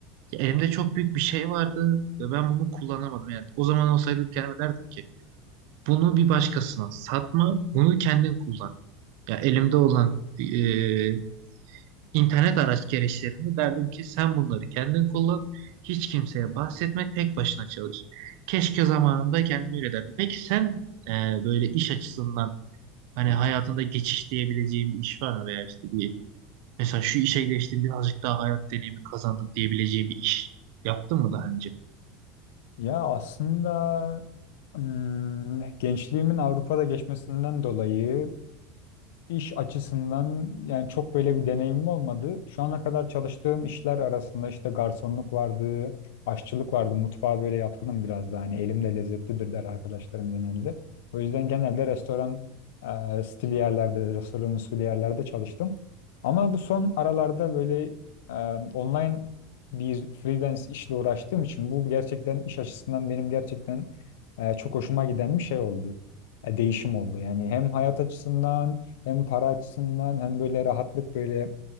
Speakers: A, on the right; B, on the left.
A: Ya elimde çok büyük bir şey vardı ve ben bunu kullanamadım. Yani o zaman olsaydı kendime derdim ki bunu bir başkasına satma, bunu kendin kullan. Ya elimde olan e, İnternet araç gereçlerini derdim ki sen bunları kendin kullan, hiç kimseye bahsetme, tek başına çalış. Keşke zamanında kendime öyle derdim. Peki sen e, böyle iş açısından hani hayatında geçiş diyebileceğin bir iş var mı veya işte bir mesela şu işe geçtim birazcık daha hayat deneyimi kazandım diyebileceğin bir iş yaptın mı daha önce?
B: Ya aslında hmm, gençliğimin Avrupa'da geçmesinden dolayı İş açısından yani çok böyle bir deneyimim olmadı. Şu ana kadar çalıştığım işler arasında işte garsonluk vardı, aşçılık vardı. Mutfağa böyle yatkınım biraz da hani elim de lezzetlidir der arkadaşlarım genelde. O yüzden genelde restoran e, stili yerlerde, restoran usulü yerlerde çalıştım. Ama bu son aralarda böyle e, online bir freelance işle uğraştığım için bu gerçekten iş açısından benim gerçekten e, çok hoşuma giden bir şey oldu. E, değişim oldu. Yani hem hayat açısından hem para açısından hem böyle rahatlık böyle